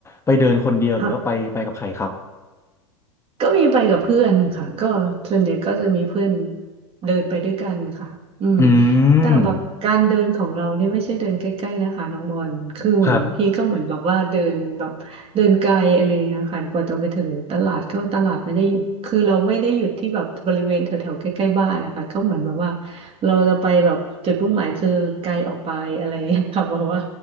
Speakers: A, on the left; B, on the right.
A: ไปเดินคนเดียวหรือว่าไปไปกับใครครับ
B: ค่ะ ก็มีไปกับเพื่อนค่ะก็ส่วนใหญ่ก็จะมีเพื่อนเดินไปด้วยกันค่ะอืม
A: อื
B: แต่แบบการเดินของเราเนี่ยไม่ใช่เดินใกล้ๆนะคะน้องบอลคือเหมือนพี่ก็เหมือนแบบว่าเดินแบบเดินไกลอะไรอย่างเงี้ยค่ะกว่าจะไปถึงตลาดก็ตลาดไม่ได้อยู่คือเราไม่ได้หยุดที่แบบบริเวณแถวๆใกล้ๆบ้านนะคะก็เหมือนแบบว่า
A: มครับ
B: เราจะไปแบบจุดมุ่งหมายคือไกลออกไปอะไรอย่างเงี้ยค่ะแบบว่า